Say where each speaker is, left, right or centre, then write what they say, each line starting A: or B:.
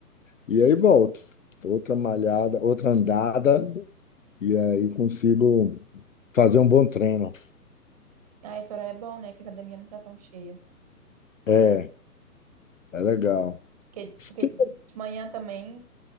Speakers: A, on the left (about 55°); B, on the right (about 25°).
A: e aí volto. Outra malhada, outra andada, e aí consigo fazer um bom treino.
B: Ah, esse horário é bom, né? Que a academia não tá tão cheia.
A: É, é legal.
B: Porque,
A: Se
B: porque
A: tem,
B: de de manhã também